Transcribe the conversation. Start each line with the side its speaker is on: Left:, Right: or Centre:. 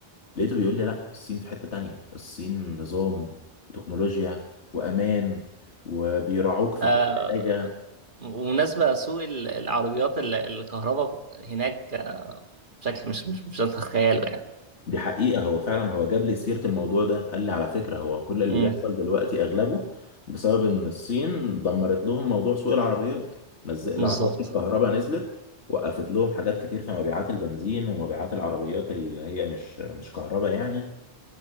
Left: لقيته بيقول لي لا الصين في حتة تانية الصين نظام وتكنولوجيا وأمان وبيراعوك في
Right: آه،
Left: كل حاجة
Right: ومناسبة سوق ال- العربيات ال- الكهرباء هناك آه، بشكل مش مش مش هتتخيله يعني
Left: دي حقيقة هو فعلا هو جاب لي سيرة الموضوع ده قال لي على فكرة هو كل اللي
Right: امم
Left: بيحصل دلوقتي أغلبه بسبب إن الصين دمرت لهم موضوع سوق العربيات نزل العربيات
Right: بالظبط
Left: الكهرباء نزلت وقفت لهم حاجات كتير في مبيعات البنزين ومبيعات العربيات اللي هي مش مش كهرباء يعني